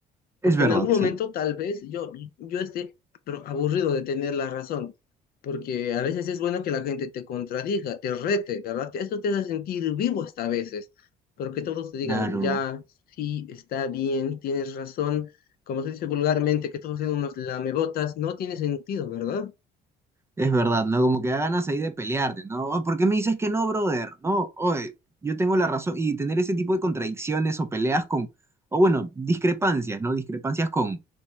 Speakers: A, on the left (about 60°); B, on the right (about 15°).
A: Porque
B: es verdad,
A: en algún momento
B: sí,
A: tal vez yo, yo esté pero aburrido de tener la razón, porque a veces es bueno que la gente te contradiga, te rete, ¿verdad? Eso te hace sentir vivo hasta a veces, pero que todos te digan,
B: claro.
A: ya, sí, está bien, tienes razón, como se dice vulgarmente, que todos sean unos lamebotas, no tiene sentido, ¿verdad?
B: Es verdad, ¿no? Como que da ganas ahí de pelearte, ¿no? "Oh, ¿Por qué me dices que no, brother? No, oye, yo tengo la razón. Y tener ese tipo de contradicciones o peleas con, o bueno, discrepancias, ¿no? Discrepancias con,